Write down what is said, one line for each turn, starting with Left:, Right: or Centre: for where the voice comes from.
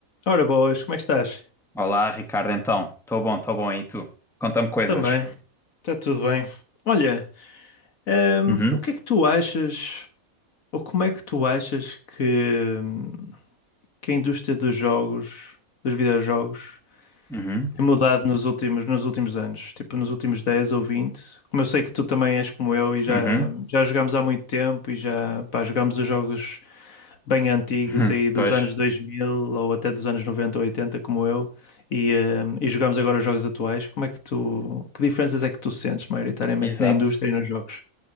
Left: Ora boas, como é que estás?
Centre: Olá, Ricardo, então. Estou bom, estou bom. E tu? Conta-me coisas.
Left: Também, está tudo bem. Olha, ehm,
Centre: Uhum,
Left: o que é que tu achas, ou como é que tu achas que, hum, que a indústria dos jogos, dos videojogos,
Centre: uhum,
Left: tem mudado nos últimos, nos últimos anos? Tipo, nos últimos 10 ou 20. Como eu sei que tu também és como eu e já,
Centre: uhum,
Left: já jogámos há muito tempo e já, pá, jogámos os jogos bem antigos
Centre: <laughs> uhum.
Left: aí dos
Centre: Pois.
Left: anos 2000 ou até dos anos 90 ou 80, como eu, e, eh, e jogamos agora os jogos atuais. Como é que tu, que diferenças é que tu sentes maioritariamente
Centre: Exato.
Left: na indústria e nos jogos?